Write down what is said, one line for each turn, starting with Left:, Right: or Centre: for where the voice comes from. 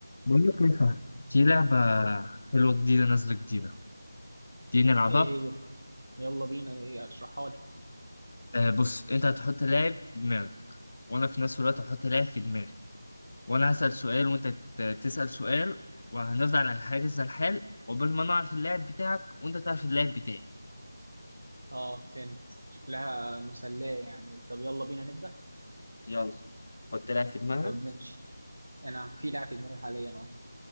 Left: بقول لك ايه صح في لعبة حلوة جديدة نازلة جديدة دي نلعبها
Right: ايه هي يلا بينا ايه اشرحها لي
Left: آه بص انت هتحط لاعب في دماغك وانا في نفس الوقت هحط لاعب في دماغي وانا هسأل سؤال وانت ت- تسأل سؤال وهنفضل على حاجة زي الحال عقبال ما نعرف اللاعب بتاعك وانت تعرف اللاعب بتاعي
Right: اه فهمت شكلها مسلية يعني طب يلا بينا نبدأ
Left: يلا حط لاعب في دماغك
Right: طب ماشي انا في لاعب في دماغي حاليا اهو